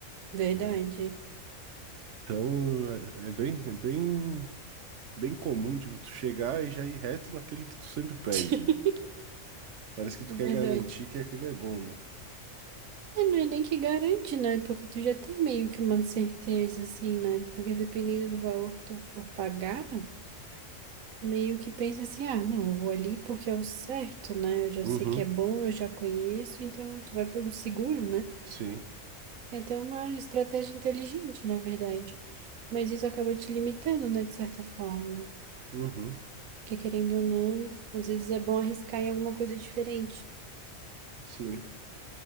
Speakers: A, on the right (about 85°); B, on the right (about 65°).
A: verdade.
B: né, então é é bem, é bem bem comum, tipo, tu chegar e já ir reto naquele que tu sempre
A: <laughs>
B: pede, né? Parece que tu
A: Verdade.
B: quer garantir que aquele é bom, né?
A: É, não é nem que garante, né? Porque tu já tem meio que uma certeza, assim, né? Porque dependendo do valor que tu for pagar. meio que pensa assim, ah, não, eu vou ali porque é o certo, né? Eu já
B: Uhum,
A: sei que é bom, eu já conheço, então tu vai pelo seguro, né?
B: Sim,
A: É até uma estratégia inteligente, na verdade. Mas isso acaba te limitando, né, de certa forma.
B: uhum.
A: Porque querendo ou não, às vezes é bom arriscar em alguma coisa diferente.
B: sim.